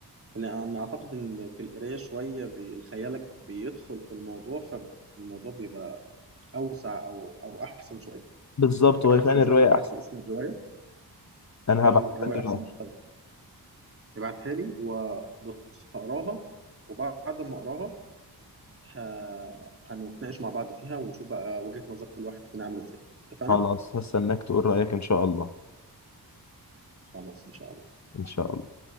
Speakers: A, on the right; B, on the left.
A: لان اعتقد ان في القرايه شويه بي- خيالك بيدخل في الموضوع فالموضوع بيبقى اوسع او او احسن شويه
B: بالظبط وهي
A: فانا
B: فعلا
A: استاذنك
B: الرواية
A: تبعت
B: احسن
A: لي اسم الروايه
B: انا
A: فعلا
B: هبعتها
A: الروايه
B: لك دلوقتي
A: احسن طيب ابعتها لي وبص هقراها وبعد ما اقراها ه- هنتناقش مع بعض فيها ونشوف بقى وجهة نظر كل واحد فينا عاملة ازاي اتفقنا؟
B: خلاص هستناك تقول رأيك ان شاء الله
A: خلاص إن شاء الله
B: ان شاء الله